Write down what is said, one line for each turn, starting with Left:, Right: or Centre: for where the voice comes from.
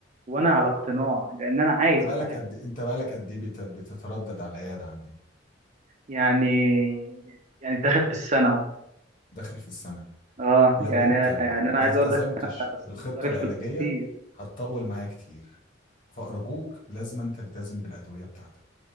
Right: وانا على اقتناع لان انا عايز
Left: انت بقالك
Right: اتعالج
Left: قد انت بقالك قد ايه بت- بتتردد على العياده عندي
Right: يعني يعني داخل في السنه اهو
Left: داخل في السنه
Right: اه
Left: لو
Right: يعني
Left: انت
Right: انا يعني انا
Left: ما
Right: عايز
Left: التزمتش
Right: اقول لك ان انا
Left: بالخطه
Right: صارف
Left: العلاجيه
Right: في الفلوس كتير
Left: هتطول معايا كتير فأرجوك لازما تلتزم بالأدوية بتاعتك